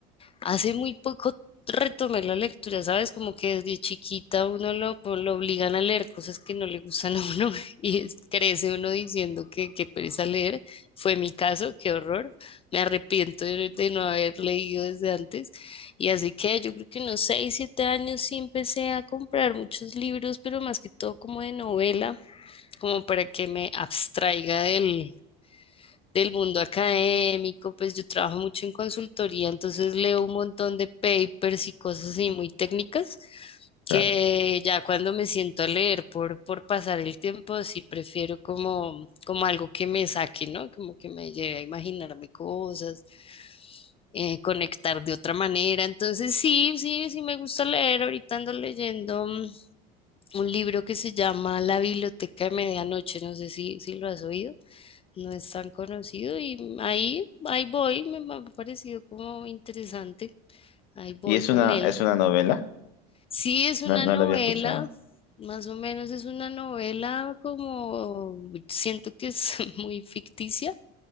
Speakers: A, on the left (about 25°); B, on the left (about 85°).
A: hace muy poco retomé la lectura, ¿sabes? Como que desde chiquita uno lo, po- lo obligan a leer cosas que no le gustan a uno <laughs> y es- crece uno diciendo que, que pereza leer. Fue mi caso, qué horror. Me arrepiento de, de no haber leído desde antes. Y así que yo creo que unos seis, siete años sí empecé a comprar muchos libros, pero más que todo como de novela, como para que me abstraiga del del mundo académico, pues yo trabajo mucho en consultoría, entonces leo un montón de papers y cosas así muy técnicas,
B: Claro.
A: que ya cuando me siento a leer por, por pasar el tiempo, sí prefiero como, como algo que me saque, ¿no? Como que me lleve a imaginarme cosas, eh, conectar de otra manera. Entonces sí, sí, sí me gusta leer. Ahorita ando leyendo mm, un libro que se llama La Biblioteca de Medianoche, no sé si, si lo has oído no es tan conocido y ahí, ahí voy, me ha parecido como interesante, ahí voy
B: Y es
A: con
B: una,
A: él.
B: es una novela,
A: Sí, es una
B: no, no
A: novela,
B: la había escuchado.
A: más o menos es una novela como, siento que es <laughs> muy ficticia,